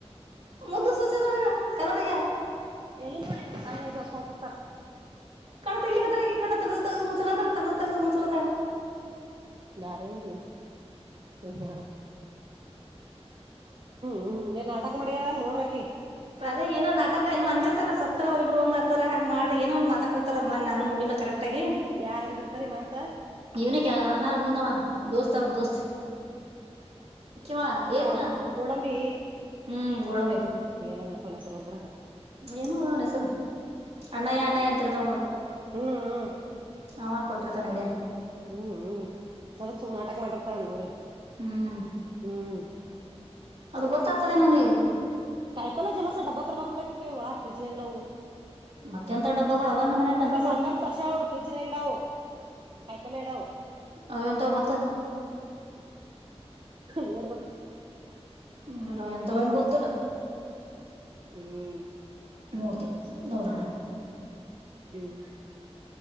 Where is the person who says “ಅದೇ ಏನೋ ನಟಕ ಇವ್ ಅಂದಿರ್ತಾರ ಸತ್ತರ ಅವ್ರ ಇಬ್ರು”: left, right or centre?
Right